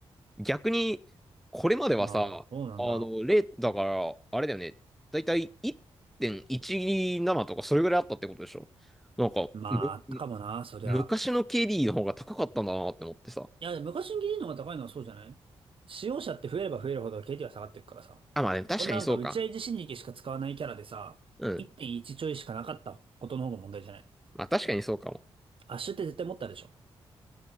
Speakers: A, in the centre; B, on the right.
A: 逆に、これまではさ、
B: ああ、そうなんだ。
A: あの、0、だから、あれだよね、だいたい1.17とかそれぐらいあったってことでしょなんか、
B: まあ、
A: む、
B: あったかもな、そりゃ。
A: 昔の KD の方が高かったんだなって思ってさ。
B: いや、昔に DD の方が高いのはそうじゃない使用者って増えれば増えるほど KD は下がっていくからさ。
A: あ、まあね、確かにそうか。
B: こんななんか打ち合い自身力しか使わないキャラでさ、
A: うん。
B: 1.1ちちょいしかなかったことの方が問題じゃない。
A: まあ確かにそうかも。
B: アッシュって絶対持ったでしょ。